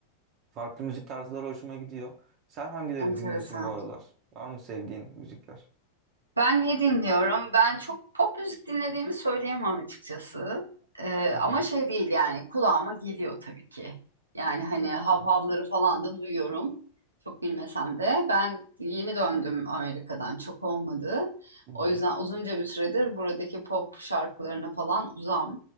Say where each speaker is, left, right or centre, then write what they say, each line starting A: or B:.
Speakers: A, on the right (about 35°); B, on the right (about 75°).
A: farklı müzik tarzları hoşuma gidiyor. Sen hangilerini
B: enteresan.
A: dinliyorsun bu aralar? Var mı sevdiğin müzikler?
B: Ben ne dinliyorum? Ben çok pop müzik dinlediğimi söyleyemem açıkçası. Ee,
A: Hı hı.
B: ama şey değil yani kulağıma geliyor tabii ki. Yani hani havhavları
A: Hı hı.
B: falan da duyuyorum. Çok bilmesem de ben yeni döndüm Amerika'dan çok olmadı.
A: Hı
B: O
A: hı.
B: yüzden uzunca bir süredir buradaki pop şarkılarına falan uzam.